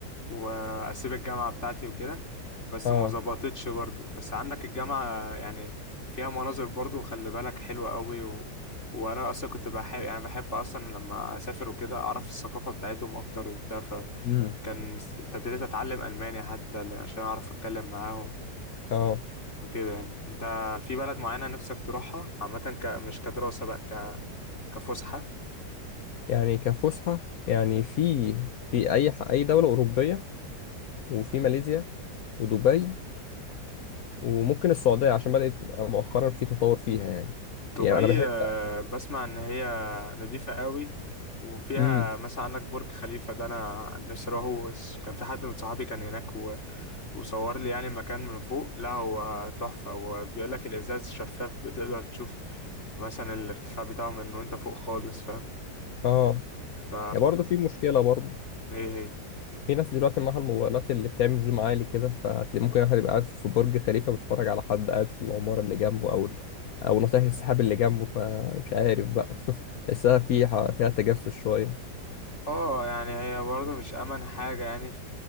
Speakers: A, on the left (about 40°); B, on the left (about 65°).
A: واسيب الجامعه بتاعتي وكده بس
B: آه
A: ما ظبطتش برضو بس عندك الجامعه يعني فيها مناظر برضو خلي بالك حلوه قوي و... وانا اصلا كنت بحب يعني بحب اصلا لما اسافر وكده اعرف الثقافه بتاعتهم اكتر وبتاع
B: امم
A: فكان س- ابتديت اتعلم الماني حتى ل- عشان اعرف اتكلم معاهم
B: آه
A: وكده يعني انت في بلد معينه نفسك تروحها عامه ك... مش كدراسه بقى ك... كفسحه
B: يعني كفسحة يعني في في أي ح- أي دولة أوروبية وفي ماليزيا ودبي وممكن السعودية عشان بدأت تبقى مؤخرا في تطور فيها يعني
A: دبي
B: يعني أنا بحب
A: آه، بسمع ان هي نظيفة قوي وفيها
B: امم
A: مثلا عندك برج خليفة ده انا نفسي اروحه بس كان في حد من صحابي كان هناك و- وصور لي يعني المكان من فوق لا هو تحفة وبيقول لك الازاز شفاف بتقدر تشوف مثلا الارتفاع بتاعه من وانت فوق خالص فاهم
B: آه
A: ف
B: يعني برضه في مشكلة برضه
A: ايه هي
B: في ناس دلوقتي معاها الموبايلات اللي بتعمل زوم عالي كده فهتلاقي ممكن واحد يبقى قاعد في برج خليفة بيتفرج على حد قاعد في العمارة اللي جنبه أو أو ناطح السحاب اللي جنبه فمش عارف بقى <laughs> تحسها في ح- فيها تجسس شوية
A: اه يعني هي برضه مش امن حاجة يعني